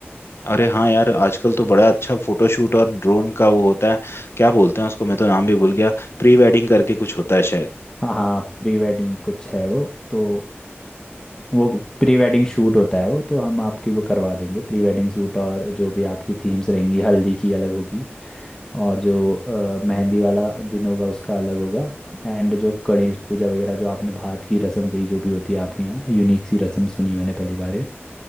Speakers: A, on the left; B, on the left.
A: अरे हाँ यार आजकल तो बड़ा अच्छा फोटोशूट और ड्रोन का वो होता है क्या बोलते हैं उसको मैं तो नाम भी भूल गया प्री वेडिंग करके कुछ होता है शायद
B: हाँ हाँ प्री वेडिंग कुछ है वो तो वो प्री वेडिंग शूट होता है वो तो हम आपकी वो करवा देंगे प्री वेडिंग शूट और जो भी आपकी थीम्स रहेंगी हल्दी की अलग होगी और जो अ, मेहंदी वाला दिन होगा उसका अलग होगा एंड जो गणेश पूजा वगैरह जो आपने भात की रस्म कही जो भी होती है आपके यहाँ यूनिक सी रस्म सुनी मैंने पहली बार ये